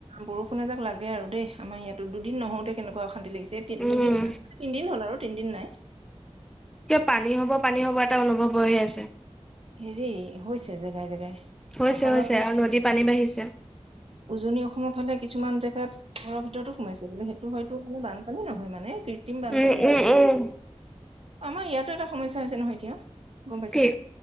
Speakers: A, on the right; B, in the centre.
A: বৰষুণ এ যাক লাগে আৰু দেই আমাৰ ইয়াতো দুদিন নহওঁতে কেনেকুৱা শান্তি লাগিছেতো
B: উম,
A: দুদিন তিনিদিন হ'ল আৰু তিনিদিন নাই।
B: কিয় পানী হ'ব পানী হ'ব এটা অনুভৱ হৈহি আছে।
A: হেৰি হৈছে জেগাই জেগাই
B: হৈছে
A: আপাৰৰ
B: হৈছে
A: ফালে
B: আৰু
A: কিছুমান
B: নদীৰ পানী বাঢ়িছে।
A: উজনি অসমৰ ফালে কিছুমান জেগাত ঘৰৰ ভিতৰতো সোমাইছে বোলে সেইটো হয়তো মানে বানপানী ন হয় মানে। কৃত্ৰিম বানপানী
B: উম,
A: যিটো
B: উম, উম।
A: আমাৰ ইয়াতো এটা সমস্যা হৈছে নহয় এতিয়া, গম পাইছানে?
B: কি?